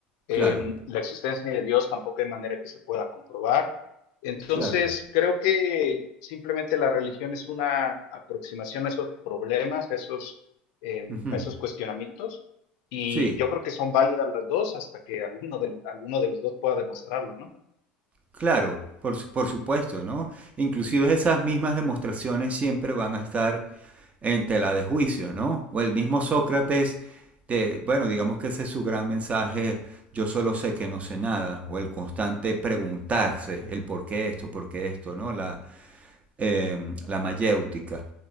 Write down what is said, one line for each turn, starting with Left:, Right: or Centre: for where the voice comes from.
Right: Claro,
Left: Em, la existencia de Dios tampoco hay manera que se pueda comprobar. Entonces,
Right: claro.
Left: creo que simplemente la religión es una aproximación a esos problemas, a esos, em,
Right: Uh -huh.
Left: a esos cuestionamientos, y
Right: Sí,
Left: yo creo que son válidas las dos hasta que alguno de, alguno de los dos pueda demostrarlo, ¿no?
Right: Claro, por, su- por supuesto, ¿no? Inclusive esas mismas demostraciones siempre van a estar en tela de juicio, ¿no? O el mismo Sócrates, te- bueno, digamos que ese es su gran mensaje, yo solo sé que no sé nada, o el constante preguntarse el por qué esto, por qué esto, ¿no? La, em, la mayéutica.